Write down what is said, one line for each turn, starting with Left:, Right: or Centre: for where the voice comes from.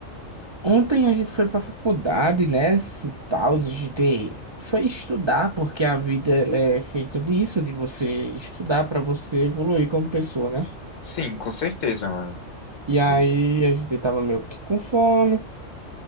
Right: Ontem a gente foi pra faculdade, né? se Tal, a gente foi estudar, porque a vida ela é feita disso, de você estudar pra você evoluir como pessoa, né?
Left: Sim, com certeza, mano.
Right: E
Left: Então,
Right: aí a gente tava meio que com fome